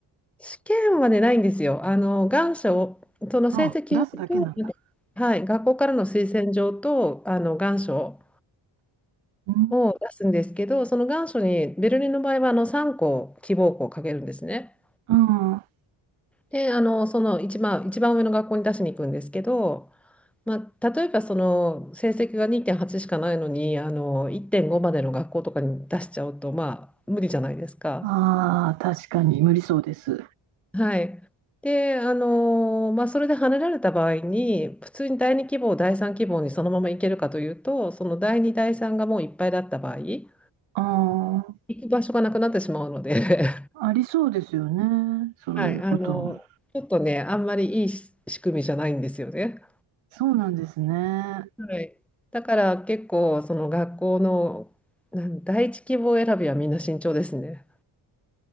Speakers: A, in the centre; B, on the right.
A: 試験はね、ないんですよ。あの、願書を、その成績表と、
B: あ出すだけなんだ。
A: はい、学校からの推薦状と、あの、願書
B: うん。
A: を出すんですけど、その願書にベルリンの場合はあの3校希望校をかけるんですね。
B: うん、あ
A: で、あのその一番、一番上の学校に出しに行くんですけど、まあ、例えばその成績が2.8しかないのにあの1.5までの学校とかに出しちゃうと、まあ、無理じゃないですか。
B: あ、確かに無理そうです。
A: はい、であの、まあ、それで跳ねられた場合に普通に第2希望第3希望にそのまま行けるかというとその第2第3がもういっぱいだった場合行
B: ああ、
A: く場所がなくなってしまうので
B: ありそうですよね。そういうことも。
A: はい、あの、ちょっとね、あんまりいいし仕組みじゃないんですよね。
B: そうなんですね。
A: はい。だから結構、その学校の、なん第一希望選びはみんな慎重ですね。